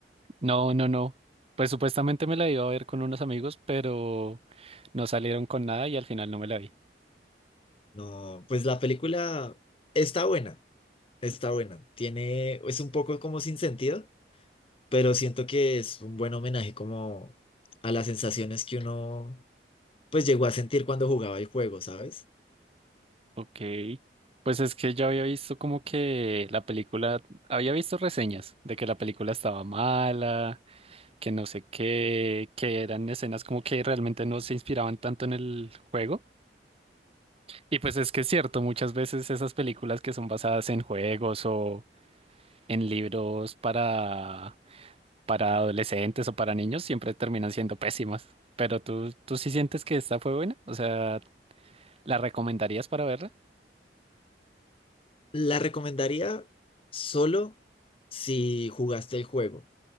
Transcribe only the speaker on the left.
No, pues la película está buena, está buena. Tiene, es un poco como sin sentido, pero siento que es un buen homenaje como a las sensaciones que uno pues llegó a sentir cuando jugaba el juego, ¿sabes?
La recomendaría solo si jugaste el juego,